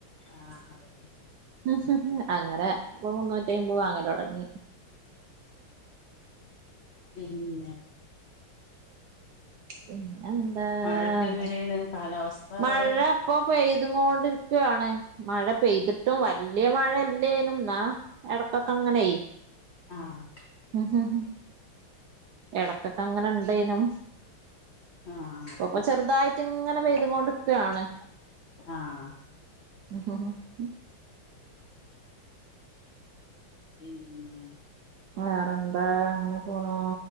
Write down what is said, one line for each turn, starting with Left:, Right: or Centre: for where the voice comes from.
Left: ആഹ അതെന്നേ
Right: <unintelligible> അങ്നെ പ്പൊ മുന്നൂറ്റയ്മ്പ് വാങ്ങലോടങ്ങി.
Left: ഇല്ല
Right: പിന്നെ എന്താ
Left: മഴൊക്കെങ്ങനെയാണ്.
Right: അങ്ങനെ
Left: കാലാവസ്ഥ
Right: മഴ
Left: അവിടെ
Right: ഇപ്പൊ പെയ്ത് കൊണ്ടിരിക്കാണ് മഴ പെയ്തിട്ടും വല്ല്യ മഴ ല്യേനും ന്നാ ഇടക്കൊക്കെ അങ്ങനെയ്.
Left: ആഹാ
Right: ഉ ഹം ഹും ഇടക്കൊക്കെ അങ്ങനെ ണ്ടേനും
Left: ആഹ്
Right: ഇപ്പ
Left: അതന്നെ
Right: ഇപ്പൊ ചെറുതായിട്ട് ഇങ്ങനെ പെയ്ത കൊണ്ട്ക്കാണ്.
Left: ആഹാ
Right: ഹും ഹും
Left: പിന്നെ
Right: വേറെന്താ അങ്ങനെ പോണൂ.